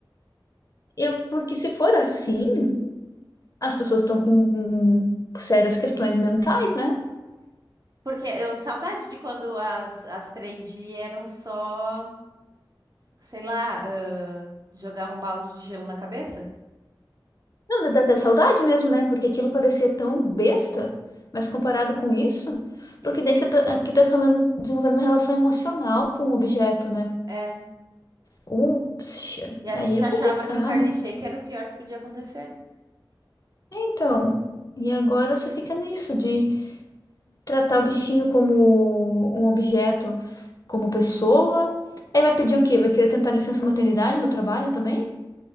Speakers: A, on the left (about 45°); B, on the right (about 50°).
A: Eu, porque se for assim, as pessoas estão com hum, sérias questões mentais, né?
B: Porque eu saudade de quando as, as trend eram só, sei lá, ah, jogar um balde de gelo na cabeça.
A: Não, dá até saudade mesmo, né? Porque aquilo parecia tão besta, mas comparado com isso,
B: E-
A: porque daí você tá, aqui tá ralando- desenvolvendo uma relação emocional com o objeto, né?
B: É.
A: Ups,
B: E a
A: aí
B: gente
A: é
B: achava
A: complicado.
B: que o Harley Shake era o pior que podia acontecer.
A: Então, e agora você fica nisso de tratar o bichinho como um objeto, como pessoa. Aí vai pedir o quê? Vai querer tentar licença maternidade no trabalho também?